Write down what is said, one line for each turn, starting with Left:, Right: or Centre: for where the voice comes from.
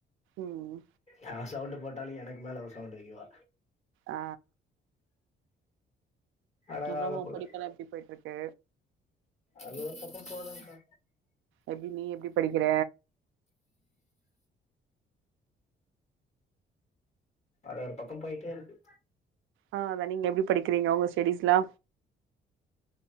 Right: ம்
Left: ஹ சவுண்டு போட் எனக்கு மேல அவ சவுண்ட் வைக்குவா
Right: ஆ
Left: அழகாத
Right: அப்புறம் உம்
Left: புள்ள
Right: படிப்புலா எப்டி போய்ட்ருக் கு
Left: அது ஒரு பக்கம் போதுங்க்கா
Right: எப்டி நீ எப்டி படிக்கிற
Left: அது ஒரு பக்கம் போய்ட்டே இருக்கு
Right: ஆ அத நீங்க எப்படி படிக்கிறிங்க உங்க ஸ் டடிஸ்லா